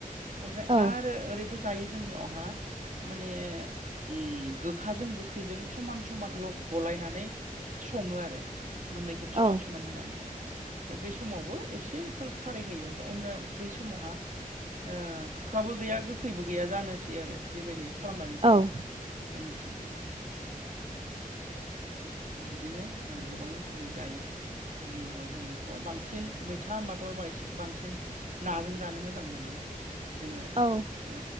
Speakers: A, on the right (about 60°); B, on the right (about 40°).
A: ओमफ्राय
B: औ
A: आरो ओरैबो जायो जोंनियावहा माने ‌उम गोखाजों गोखैजों समान समान लक गलायनानै सङो आरो मोननैखौबो
B: औ
A: समान समान होनानै फाय बै समावबो एसेफोर खारै होयो ओमफ्राय हमना बै समावहा ओ गोखाबो गैया गोखैबो गैया जानोसै आरो बेबायदि खालामनानै
B: औ
A: जायो जोंनिथिं बिदिनो ओ गोबां रोखोमै जायो बिनि उनाव जोंङोथ' बांसिन मैथा होनबाथ' बांसि-बांसिन नाजों जानो मोजां मोनो। जोंङो
B: औ
A: ओ